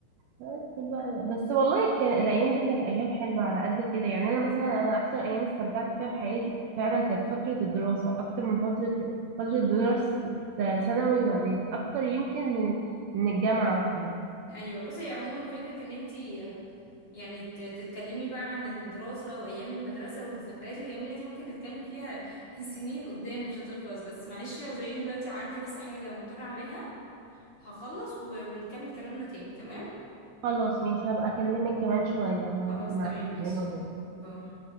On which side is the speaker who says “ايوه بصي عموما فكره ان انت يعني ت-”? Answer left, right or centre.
Left